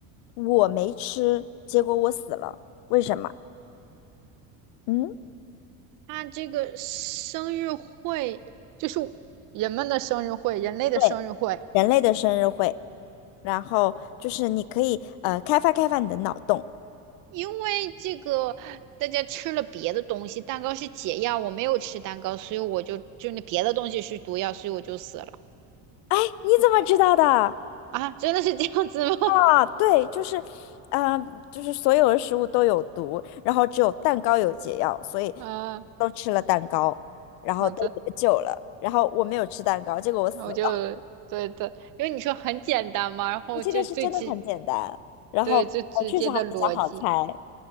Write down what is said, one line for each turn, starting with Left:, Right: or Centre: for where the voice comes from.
Left: 我没吃，结果我死了，为什么？嗯。
Right: 他这个生日会就是人们的生日会，人类的生日会，
Left: 对。人类的生日会，然后就是你可以呃开发开发你的脑洞。
Right: 因为这个大家吃了别的东西，蛋糕是解药，我没有吃蛋糕，所以我就就那别的东西是毒药，所以我就死了
Left: 哎，你怎么知道的？
Right: 啊，真的是这样子吗？
Left: 啊，对，就是，嗯，就是所有的食物都有毒，然后只有蛋糕有解药，所以
Right: <laughs> 啊，
Left: 都吃了蛋糕，然后都得救了。
Right: 好的。
Left: 然后我没有吃蛋糕，结果我死了。
Right: 然后我就对的，因为你说很简单嘛，然后就最直，
Left: 你这个是真的很简单，然后我确实还比较好猜，
Right: 对，最直接的逻辑，